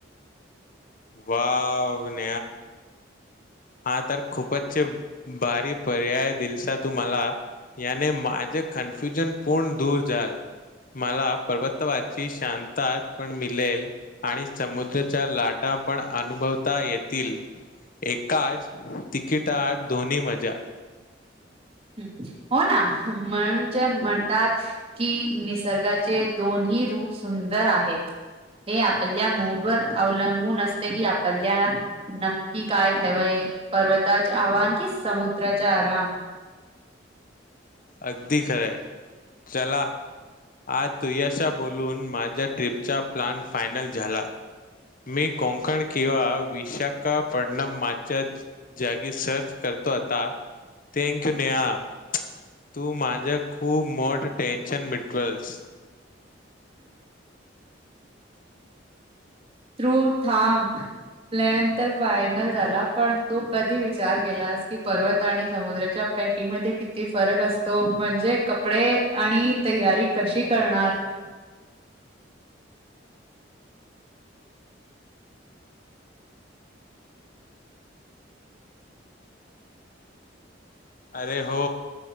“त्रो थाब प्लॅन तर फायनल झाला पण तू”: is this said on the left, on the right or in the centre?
Right